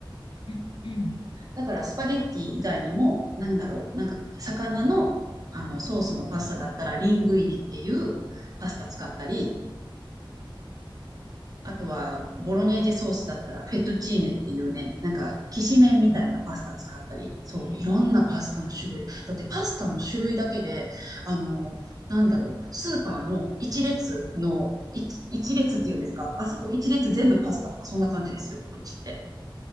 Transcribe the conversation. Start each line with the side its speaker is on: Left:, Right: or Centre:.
Left: うん、うん。
Right: だからスパゲッティ以外にも、なんだろう、なんか魚の、あのソースのパスタだったらリングイネっていうパスタ使ったり、あとはボロネーゼソースだったらフェトチーネっていうね、なんかきしめんみたいなパスタ使ったり、
Left: ええ、
Right: そう、
Left: ええ。
Right: いろんなパスタの種類。だってパスタの種類だけで、あの、なんだろう、スーパーの一列の、一一列っていうんですか、あそこ一列全部パスタとかそんな感じですよ、
Left: うん。
Right: こっちって。